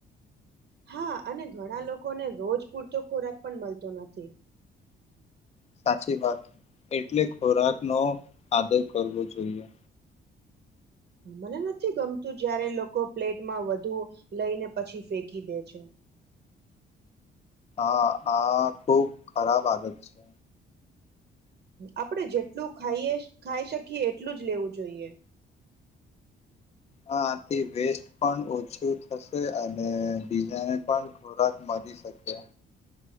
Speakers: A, on the right; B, on the left.
A: હા, અને ઘણા લોકોને રોજ પૂરતો ખોરાક પણ મળતો નથી.
B: સાચી વાત. એટલે, ખોરાકનો આદર કરવો જોઈએ.
A: મને નથી ગમતું, જયારે લોકો પ્લેટમાં વધુ લઈને પછી ફેંકી દે છે.
B: હા, આ ખુબ ખરાબ આદત છે.
A: આપડે જેટલું ખાઈએ ખાઈ શકીએ, એટલું જ લેવું જોઈએ.
B: હા, આથી વેસ્ટ પણ ઓછું થશે અને બીજાને પણ ખોરાક મળી શકે.